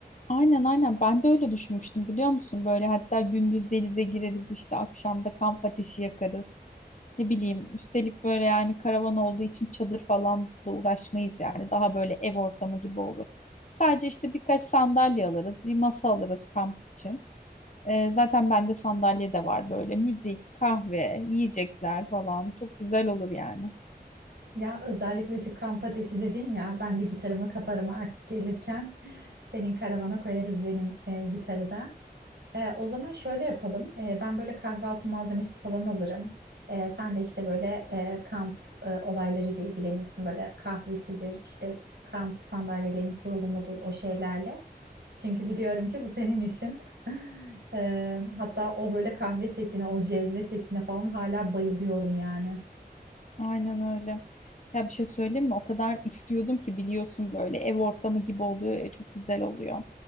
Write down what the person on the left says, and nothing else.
Aynen aynen ben de öyle düşünmüştüm biliyor musun? Böyle hatta gündüz denize gireriz işte akşam da kamp ateşi yakarız. Ne bileyim üstelik böyle yani karavan olduğu için çadır falan da uğraşmayız yani. Daha böyle ev ortamı gibi olur. Sadece işte birkaç sandalye alırız, bir masa alırız kamp için. Ee, zaten bende sandalye de var böyle. Müzik, kahve, yiyecekler falan. Çok güzel olur yani.
Aynen öyle. Ya bir şey söyleyeyim mi? O kadar istiyordum ki biliyorsun böyle ev ortamı gibi oluyor ya çok güzel oluyor.